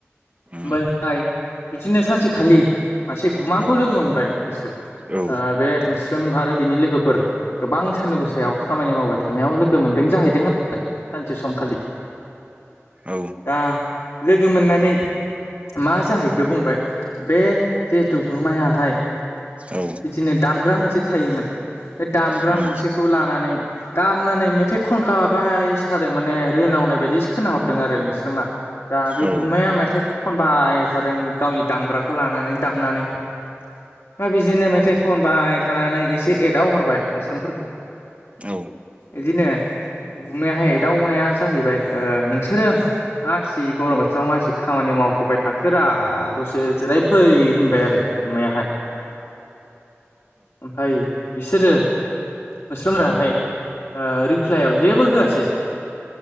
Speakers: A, on the right; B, on the left.
A: उम
B: ओमफायहाय बिजिनो सानसेखालि मासे गुमाखौ
A: औ
B: लोगो मोनबाय बिसोरो
A: औ
B: आ बे मोस स्रोम आरो बिनि लोगोफोर गोबां सान्दुं गोसायाव खामानि मावबाय थानायाव लोगो मोनदों जाहैदों आ <unintelligible> सानसे समखालि
A: औ
B: दा लोगो मोननानै मा जाहैखो बुंबाय बे जिहेतु गुमायाहाय
A: औ
B: बिजिनो दामग्रा मोनसे थायोमोन। बे दामग्रा
A: उम
B: मोनसेखौ लानानै दामनानै मेथाइ खनखा बायसो थादों माने रोनाव मावनाय बायदिस खोना हरद दों आरो मोस्रोमा दा बे
A: औ
B: गुमाया मेथाइ खनबाय थादों गावनि दामग्राखौ लानानै दा <unintelligible> नानै ओमफाय बिजिनो मेथाइ खनबाय थानानै एसे एदाव हरबाय मोस्रोमफोरखौ
A: औ
B: इदिनो गुमनायाहाय दाउनाया जाहैबाय ओ नोंस सोरो मासि गरम बोथोराव मासि खामानि मावफुबाय थाखोरा दसे जिराय फै <unintelligible> होनबाय आरो गुमाहाय ओमफ्राय बिसोरो मोस्रोम राहाय ओ रिफ्लायाव जेबो होआसै